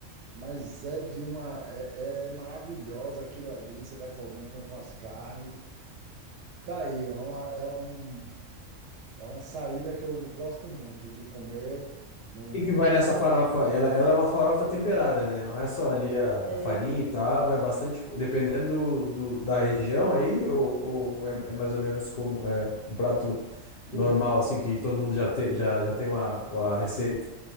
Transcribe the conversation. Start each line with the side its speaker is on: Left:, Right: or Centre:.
Right: Mas é de uma. É, é maravilhosa aquilo ali, você vai comendo com as carnes. Tá aí, é uma, é um, é uma saída que eu gosto muito de comer. No,
Left: O que que vai nessa farofa? Ela, ela é uma farofa temperada, né? Não é só ali a,
Right: É,
Left: a farinha e tal, vai bastante, co- dependendo do, do- da região aí, ou, ou é, é mais ou menos como é, um prato
Right: por
Left: normal,
Right: exemplo,
Left: assim, que todo mundo já tem, já, já tem uma, uma receita.